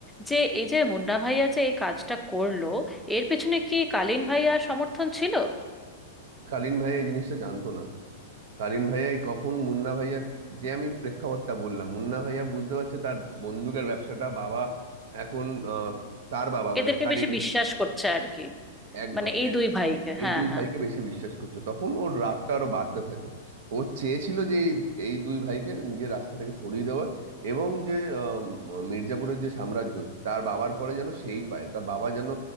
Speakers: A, in the centre; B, on the right (about 60°).
A: যে এই যে মুন্না ভাইয়া যে এই কাজটা করলো এর পেছনে কি কালীন ভাইয়ার সমর্থন ছিল
B: কালীন ভাইয়া এই জিনিসটা জানতো না কালীন ভাইয়াই কখন মুন্না ভাইয়া যে আমি প্রেক্ষাপটটা বললাম মুন্না ভাইয়া বুঝতে পারছে তার বন্দুকের ব্যবসাটা বাবা এখন আহ, তার বাবা মানে
A: এদেরকে
B: কালীন
A: বেশি বিশ্বাস করছে আর কি
B: একদম
A: মানে এই দুই ভাইকে হ্যাঁ
B: এই দুই
A: হ্যাঁ
B: ভাইকে বেশি বিশ্বাস করছে তখন ওর রাগটা আরো বাড়তে থাকে ও চেয়েছিল যে এই এই দুই ভাইকে নিজের রাস্তা থেকে সরিয়ে দেওয়ার এবং যে আম, মির্জাপুরের যে সাম্রাজ্য তার বাবার পরে যেন সেই পায় তার বাবা যেন